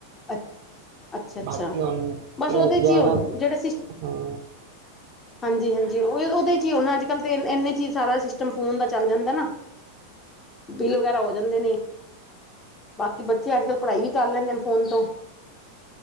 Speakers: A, on the left; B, on the right.
A: ਅ ਅੱਛਾ ਅੱਛਾ
B: ਬਾਕੀ ਅਨ
A: ਬਸ ਉਹਦੇ
B: ਜਾਣਾ
A: ਚ ਹੀ ਹੁਣ ਜਿਹੜੇ ਸਿਸ
B: ਹਾਂ
A: ਹਾਂਜੀ ਹਾਂਜੀ ਉਹ ਉਹਦੇ ਚ ਹੀ ਨਾ ਅੱਜ ਕੱਲ੍ਹ ਤੇ ਇੰਨੇ ਚ ਹੀ ਸਾਰਾ ਸਿਸਟਮ ਫੋਨ ਦਾ ਚੱਲ ਜਾਂਦਾ ਨਾ ਬਿੱਲ ਵਗੈਰਾ ਹੋ ਜਾਂਦੇ ਨੇ ਬਾਕੀ ਬੱਚੇ ਅੱਜ ਕੱਲ੍ਹ ਪੜ੍ਹਾਈ ਵੀ ਕਰ ਲੈਂਦੇ ਫੋਨ ਤੋਂ